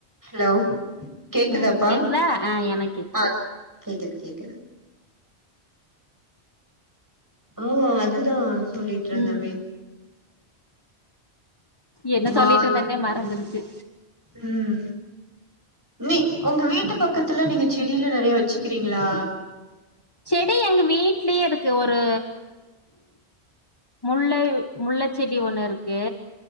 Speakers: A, on the right; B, on the left.
A: Hello கேக்குதாப்பா
B: ம் கேக்குதா ஆ எனக்கு கேக்குது
A: ஆ கேக்குது கேக்குது ஓ அதுதா சொல்லிட்ருந்தமே
B: ம் என்ன
A: மா
B: சொல்லிட்ருந்தன்னே மறந்துருச்சு
A: ம் நீ உங்க வீட்டு பக்கத்துல நீங்க செடிலா நெறைய வெச்சுக்கிறீங்ளா
B: செடி எங்க வீட்லயே இருக்கு ஒரு முல்லை முல்லச்செடி ஒன்னு இருக்கு